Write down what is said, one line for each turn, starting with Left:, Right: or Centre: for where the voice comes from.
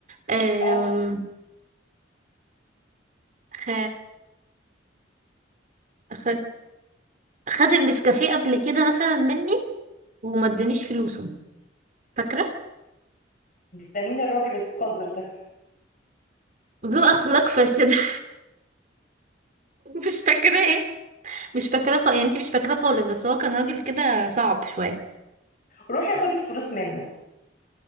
Right: آم،
Left: اه
Right: خ... خد خد النسكافيه قبل كده مثلا مني وما ادانيش فلوسه فاكرة
Left: ده مين الراجل القذر ده
Right: ذو اخلاق فاسد <laughs> مش فاكرة ايه مش فاكرة خ... يعني انت مش فاكرة خالص بس هو كان راجل كده صعب شوية
Left: روحي خدي الفلوس منه